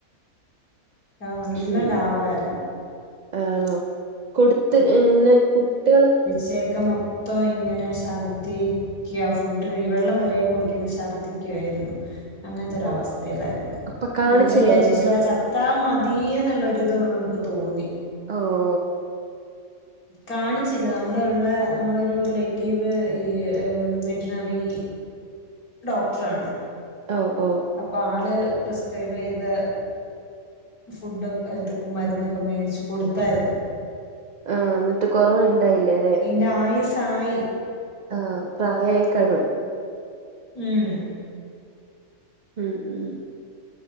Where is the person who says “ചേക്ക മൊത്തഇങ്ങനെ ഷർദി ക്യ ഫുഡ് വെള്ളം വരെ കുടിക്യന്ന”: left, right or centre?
Left